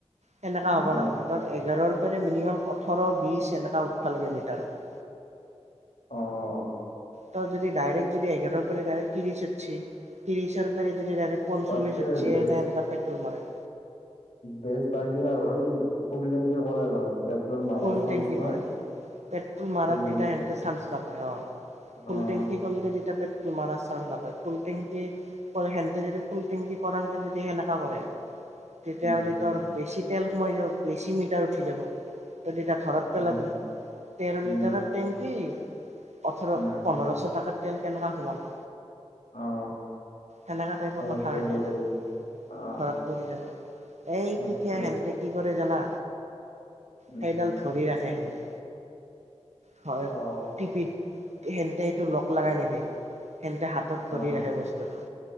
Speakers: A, on the right; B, on the left.
A: সেনেকা
B: উম,
A: হ'ব
B: উম,
A: নালগে, তাৰ এঘাৰৰ পৰা মিনিমাম ওঠৰ বিশ এনেকা উঠবা লাগে মিটাৰত।
B: অ',
A: ত যদি ডাইৰেক্ট যদি এঘাৰৰ পৰা ডাইৰেকট ত্ৰিশ উঠছি ত্ৰিশৰ পেৰা যদি ডাইৰেক্ট পঞ্চলিশ
B: তাতকে
A: উঠছি
B: বেচ
A: তে সেনকা পেট্ৰল মাৰল
B: বেষ্ট আইডিয়া হ'ল ফুলটেংকি কৰাই ভাল পেট্ৰল মাৰাৰ
A: ফুল
B: চান্স
A: টেংকি
B: নাই।
A: কৰে পেট্ৰল মাৰাত
B: ফুল
A: তেতিয়া
B: টেংকি
A: সেনতে
B: হ'ল
A: চান্স নাপায় অ ফুল
B: আহ
A: টেংকী সিহঁতে তেতিয়া পেট্ৰ'ল মাৰা চান্স নাপায় ফুল টেঙ্কী ফৰ সেনতে যদি ফুল টেংকি কৰঙতে যদি সেনেকা কৰে। তেতিয়াহ'লে
B: উম
A: তৰ বেছি তেল সোমাই যাব বেছি মিটাৰ উঠি যাব। তই তিটা ধৰাত পেলাবি
B: উম
A: তেৰ
B: উম
A: লিটাৰৰ টেংকি অঠৰ
B: উম
A: পোন্ধৰশ টকাৰ তেল কেনেকা সোমালা?
B: আহ
A: সেনেকা টাইপৰ
B: ভাড়াত
A: কথা
B: পৰি
A: হৈ যায়
B: যাব
A: না
B: সি আহ
A: ধৰত পৰি যাব। এই
B: সেইটোৱেটো
A: তেতিয়া হেনতে কি কৰে জানা?
B: উম
A: সেইডাল ধৰি ৰাখে সেনতে ঘয়
B: আহ
A: টিপিত সেহতে এইটো লগ লগাই নিদে সেন্তে হাতত ধৰি
B: আহ
A: ৰাখে বস্তুটো।